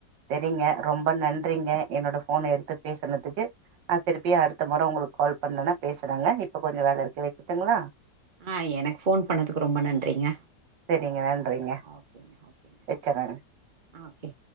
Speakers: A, on the right; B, on the right.
A: செரிங்க ரொம்ப நன்றிங்க என்னோட போன எடுத்து பேசனதுக்கு அது திருப்பி அடுத்த முற உங்களுக்கு கால் பண்ணனா பேசுறங்க இப்ப கொஞ்சம் வேல இருக்க வச்சுட்டுங்ளா
B: ஆ எனக்கு போன் பண்ணதுக்கு ரொம்ப நன்றிங்க
A: செரிங்க நன்றிங்க
B: ஓகேங்க ஓகேங்க
A: வச்சர்றேங்க
B: ஆ ஓகே